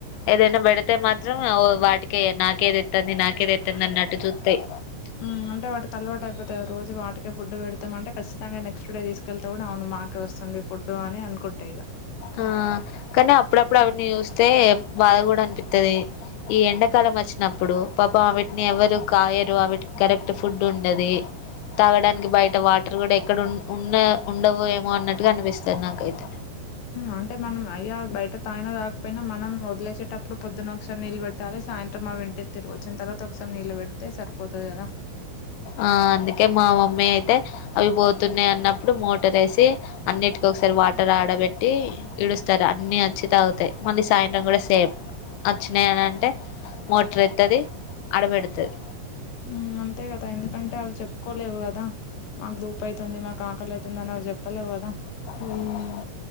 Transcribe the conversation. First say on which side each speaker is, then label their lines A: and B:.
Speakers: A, on the left (about 85°); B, on the left (about 65°).
A: ఏదైనా పెడితే మాత్రం వాటికే నాకేది తెత్తంది నాకేది తెత్తంది అన్నట్టు చూత్తయ్
B: ఉ అంటే వాటి తలవాటు అయిపోతారు రోజు వాటికే ఫుడ్ పెడతాంటే ఖచ్చితంగా నెక్స్ట్ డే తీసుకెళ్తే కూడా అవును మాకే వస్త ది ఫుడ్డు అని అనుకుంటాయిలా
A: ఆ కానీ అప్పుడప్పుడు అవన్నీ చూస్తే బాధ కూడా అనిపిత్తది ఈ ఎండాకాలం వచ్చినాం ఇప్పుడు పాపం వీటిని ఎవరు కాయరు విటికి కరెక్ట్ ఫుడ్ ఉండది తాగడానికి బయట వాటర్ కూడా ఎక్కడ ఉన్ ఉన్న ఉండవు ఏమో అన్నట్టుగా అనిపిస్తది నాకైతే
B: అంటే మనం అయ్యా బయట తాగినా తాకపోయినా మనం వదిలేసేటప్పుడు పొద్దున్న ఒకసారి నిలబె పెట్టాలి సాయంత్రం మా వింట తిరుగొచ్చిన తర్వాత ఒకసారి నీళ్ళు పెడితే సరిపోతుది కదా
A: ఆ అందుకే మా మమ్మీ అయితే అవి పోతున్నాయి అన్నప్పుడు మోటర్ వేసి అన్నిటికో ఒకసారి వాటర్ ఆడబెట్టి ఇడుస్తారు అన్ని అచ్చి తాగుతాయి మళ్ళీ సాయంత్రం కూడా సేమ్ అచ్చినాయి అని అంటే మోటర్ ఎత్తది అడబెడుతది
B: ఉ అంతే కదా ఎందుకంటే అవి చెప్పుకోలేవు కదా మాకు దూపు అయితుంది మాకు ఆకలి అయితుంది అని అవి చెప్పలేవు కదా
A: మ్